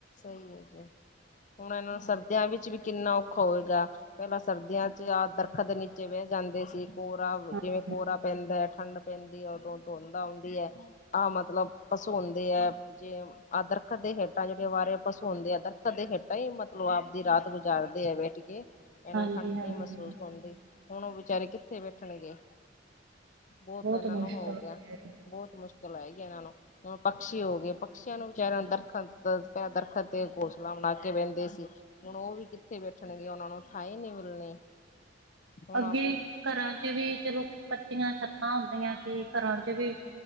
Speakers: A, on the left; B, on the right.
A: ਸਈ ਐ ਜੀ ਹੁਣ ਏਨੂ ਸਰਦੀਆਂ ਵਿੱਚ ਵੀ ਕਿੰਨਾ ਔਖਾ ਹੋਏਗਾ ਪੈਲਾਂ ਸਰਦੀਆਂ ਚ ਆ ਦਰਖੱਤ ਦੇ ਨੀਚੇ ਬੈ ਜਾਂਦੇ ਸੀ ਕੋਰਾ ਵਧੀਆ
B: ਹਾਂਜੀ,
A: ਕੋਰਾ ਪੈਂਦਾ ਐ ਠੰਡ ਪੈਂਦੀ ਐ ਉਦੋਂ ਧੁੰਦ ਆਉਂਦੀ ਐ। ਆਹ ਮਤਲਬ ਪਸੂ ਹੁੰਦੇ ਐ ਜੇ ਆ ਦਰਖੱਤ ਦੇ ਹੇਠਾਂ ਚ ਪਸ਼ੂ ਹੁੰਦੇ ਆ ਦਰਖੱਤ ਦੇ ਹੇਠਾਂ ਹੀ ਮਤਲਬ ਆਪਦੀ ਰਾਤ ਗੁਜ਼ਾਰਦੇ ਆ ਬੈਠ ਕੇ ਏਨੂੰ
B: ਹਾਂਜੀ,
A: ਠੰਡ
B: ਹਾਂਜੀ
A: ਨੀ ਮਹਿਸੂਸ ਹੁੰਦੀ ਹੁਣ ਓ ਬੇਚਾਰੇ ਕਿੱਥੇ ਬੈਠਣਗੇ। ਬੋਤ
B: ਬਹੁਤ
A: ਏਨਾਂ
B: ਮੁਸ਼ਕਿਲ
A: ਨੂੰ ਹੋ ਗਿਆ।
B: ਹੈ।
A: ਬੋਤ ਮੁਸ਼ਕਿਲ ਆਏਗੀ ਏਨਾਂ ਨੂੰ ਹੁਣ ਪਕਸ਼ੀ ਹੋ ਗਏ ਪਕਸ਼ੀਆਂ ਨੂੰ ਵਿਚਾਰਿਆਂ ਨੂੰ ਦਰਖੱਤ ਦਰਖੱਤ ਤੇ ਘੋਸਲਾ ਬਣਾ ਕੇ ਰੈੰਦੇ ਸੀ। ਹੁਣ ਓ ਵੀ ਕਿੱਥੇ ਬੈਠਣਗੇ ਓਨਾ ਨੂੰ ਥਾ ਈ ਨੀ ਮਿਲਣੀ ਹੁਣ
B: ਅੱਗੇ
A: ਆਪਣੇ
B: ਕਰਾਂ ਚ ਵੀ ਚਲੋ ਕੱਚੀਆਂ ਛੱਤਾਂ ਹੁੰਦੀਆਂ ਸੀ ਕੱਰਾ ਚ ਵੀ